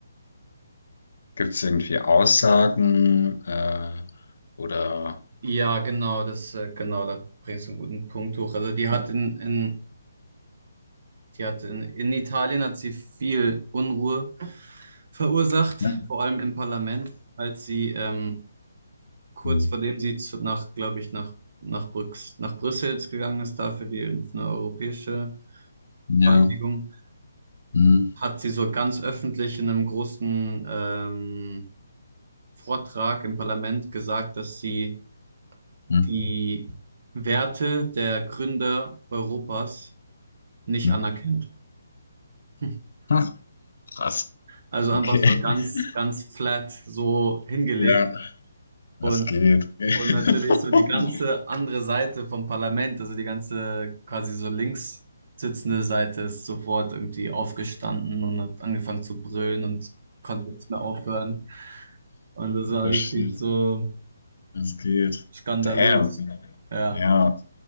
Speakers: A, on the left (about 65°); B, on the right (about 50°).
A: Gibt es irgendwie Aussagen äh, oder
B: ja, genau, das, äh, genau, da bringst du einen guten Punkt hoch. Also, die hat in, in, die hat in, in Italien hat sie viel Unruhe verursacht,
A: Hm.
B: vor allem im Parlament, als sie, ähm, kurz
A: Hm.
B: vor dem sie zu, nach, glaube ich, nach, nach, Brüx, nach Brüssel gegangen ist, da für die eine europäische
A: Ja.
B: Vereinigung,
A: Hm.
B: hat sie so ganz öffentlich in einem großen ähm, Vortrag im Parlament gesagt, dass sie
A: Hm.
B: die Werte der Gründer Europas nicht
A: Hm.
B: anerkennt. <laughs>
A: Ach, krass.
B: Also
A: Okay.
B: einfach so ganz,
A: <laughs>
B: ganz flat so hingelegt.
A: Ja, das
B: Und,
A: geht.
B: und natürlich
A: <laughs>
B: so die ganze andere Seite vom Parlament, also die ganze quasi so links sitzende Seite ist sofort irgendwie aufgestanden und hat angefangen zu brüllen und konnte nicht mehr aufhören. Und das war
A: Oh
B: richtig
A: shit,
B: so
A: das geht.
B: skandalös.
A: Damn.
B: Ja,
A: Ja,